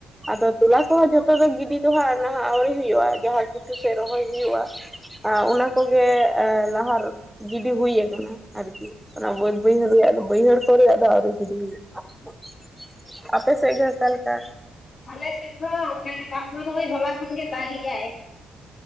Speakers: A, in the centre; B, on the left.
A: ᱟᱫᱚ ᱛᱚᱞᱟ ᱠᱚᱦᱚᱸ ᱡᱚᱛᱚ ᱫᱚ ᱜᱤᱰᱤ ᱫᱚ ᱦᱟᱸ ᱱᱟᱦᱟᱜ ᱟᱹᱣᱨᱤ ᱦᱩᱭᱩᱜᱼᱟ ᱡᱟᱦᱟᱸ ᱜᱷᱩᱴᱩ ᱥᱮᱫ ᱨᱚᱦᱚᱭ ᱦᱩᱭᱩᱜᱼᱟ ᱚᱱᱟ ᱠᱚᱜᱮ ᱞᱟᱦᱟᱨ ᱜᱤᱰᱤ ᱦᱩᱭ ᱠᱟᱱᱟ ᱟᱨᱠᱤ ᱚᱱᱟ ᱵᱟᱹᱫᱽ ᱵᱟᱹᱭᱦᱟᱹᱲ ᱨᱮᱭᱟᱜ ᱫᱚ ᱵᱟᱹᱭᱦᱟᱹᱲ ᱠᱚᱨᱮ ᱭᱟᱜ ᱫᱚ ᱟᱹᱣᱨᱤ ᱜᱤᱰᱤ ᱦᱩᱭᱩᱜ ᱼᱟ ᱟᱯᱮ ᱥᱮᱫ ᱜᱮ ᱚᱠᱟ ᱞᱮᱠᱟ
B: ᱟᱞᱮ ᱥᱮᱫ ᱦᱚᱸ ᱚᱱᱠᱟᱜᱮ ᱫᱟᱜ ᱢᱟ ᱱᱚᱜᱼᱚᱭ ᱦᱚᱞᱟ ᱠᱷᱚᱱᱜᱮ ᱫᱟᱜᱮᱜᱟᱭ